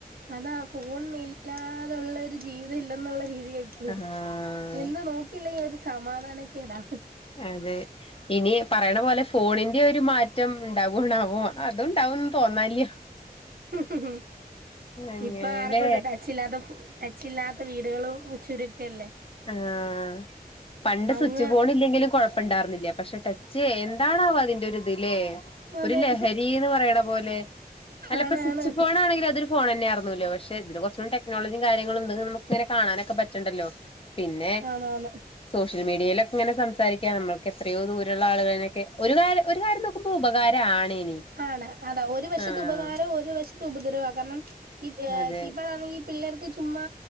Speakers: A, on the right; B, on the left.
A: അതാ ഫോൺ ഇല്ലാതുള്ളൊരു ജീവിതം ഇല്ലെന്നുള്ള രീതി യായിപ്പോയി.
B: ആഹ്
A: എന്താ നോക്കിയില്ലേ സമാധാനൊക്കെടാ
B: അതെ ഇനി പറയണ പോലെ ഫോണിന്റെ ഒരു മാറ്റം ഉണ്ടാവാണാവോ അതുംണ്ടാവുംന്ന് തോന്നാല്ല്യ
A: ഹ ഹ ഹ
B: അങ്ങനെല്ലേ
A: ഇപ്പൊ ആർക്കുണ്ട്ട്ടച്ചില്ലാത്ത ട്ടച്ചില്ലാത്ത വീടുകളും ചുരു <unintelligible>
B: ആഹ പണ്ട്
A: അങ്ങ്
B: സ്വിച്ച് ബോർഡ് ഇല്ലെങ്കിലും കൊഴപ്പുണ്ടായിരുന്നില്ല പക്ഷെ ടച്ച് ചേ എന്താണാവോ അതിന്റെ ഒരിത് ലേ
A: അതെ
B: ഒരു ലഹരീന്ന് പറയണ പോലെ അല്ലപ്പ
A: ആണ്
B: സ്വിച്ച്
A: ആണ്
B: ഫോൺ ആണെങ്കിൽ അതൊ ഫോൺന്നെയായിർന്നൂരല്ലോ പക്ഷെ ഇതില് കുറച്ചൂടെ ടെക്നോളജിയും കാര്യങ്ങളും ഇത് നമക്ക് ഇങ്ങനെ കാണാനൊക്കെ പറ്റണ്ട്ല്ലോ പിന്നെ
A: ആന്നാന്ന്
B: സോഷ്യ ൽ മീഡിയയിലൊക്കെ ഇങ്ങനെ സംസാരിക്കാ നമ്മൾക്ക് എത്രയോ ദൂരുള്ള ആളുകളൊക്കെ ഒരു കാര്യം കാര്യം നോക്കുമ്പ ഉപകാരാണ് ഇനി
A: ആണ് അതാ ഒരു വശത്ത്
B: ആഹ്
A: ഉപകാരവും ഒരു വശത്ത് ഉപദ്രവവും <unintelligible> ഈ
B: അതെ
A: കീപാഡ് ആണെങ്കിൽ പിള്ളേർക്ക് ചുമ്മാ